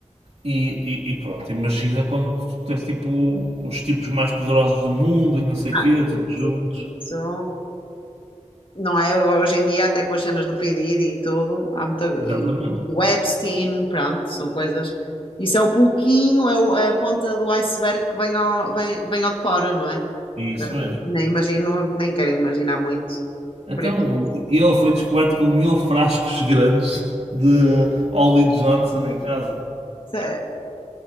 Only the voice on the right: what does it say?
E, e- e pronto, imagina quando tens tipo os tipos mais poderosos do mundo e não sei
o quê,
todos juntos.
Exatamente.
Isso mesmo.
Então,
o- ele foi descoberto com mil frascos grandes de Ollie Johnson em casa.